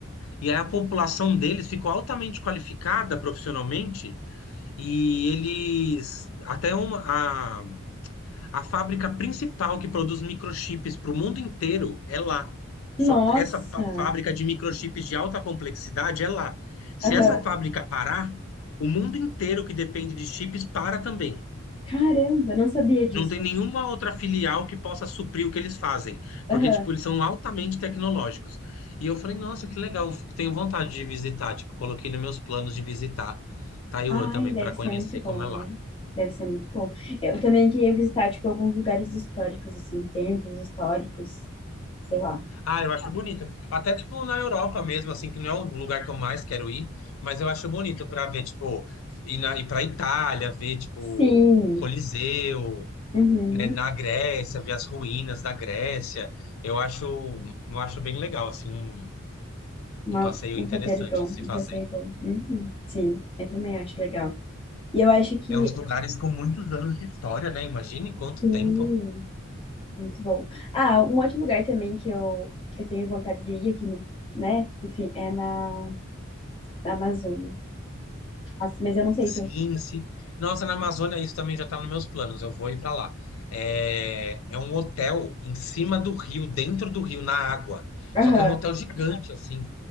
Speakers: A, on the left; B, on the left.
A: E aí a população deles ficou altamente qualificada profissionalmente e eles, até uma, a, a fábrica principal que produz microchips para o mundo inteiro é lá. Só
B: Nossa,
A: essa pa- fábrica de microchips de alta complexidade é lá. Se
B: aham.
A: essa fábrica parar, o mundo inteiro que depende de chips para também.
B: Caramba, não sabia disso.
A: Não tem nenhuma outra filial que possa suprir o que eles fazem,
B: Aham.
A: porque tipo, eles são altamente tecnológicos. E eu falei, nossa, que legal, tenho vontade de visitar, tipo, coloquei nos meus planos de visitar Taiwan
B: Ai,
A: também
B: deve
A: para
B: ser
A: conhecer
B: muito bom,
A: como é
B: né?
A: lá.
B: Deve ser muito bom. Eu também queria visitar, tipo, alguns lugares históricos, assim, templos históricos, sei lá.
A: Ah, eu acho bonito. Até, tipo, na Europa mesmo, assim, que não é o lugar que eu mais quero ir, mas eu acho bonito pra ver, tipo, ir, na, ir pra Itália, ver, tipo,
B: Sim.
A: Coliseu,
B: Uhum.
A: né, na Grécia, ver as ruínas da Grécia. Eu acho, eu acho bem legal, assim, um,
B: Uma-
A: um passeio
B: um
A: interessante
B: roteiro bom,
A: de se fazer.
B: um passeio bom. Uhum. Sim, eu também acho legal. E eu acho que,
A: É uns lugares com muitos anos de história, né? Imagine quanto
B: sim,
A: tempo.
B: muito bom. Ah, um outro lugar também que eu, que eu tenho vontade de ir aqui, no, né? Enfim, é na, na Amazônia. Nossa, mas eu não sei
A: Sim,
B: se eu...
A: sim. Nossa, na Amazônia isso também já está nos meus planos. Eu vou ir para lá. É, é um hotel em cima do rio, dentro do rio, na água.
B: Aham,
A: Só que é um hotel gigante, assim.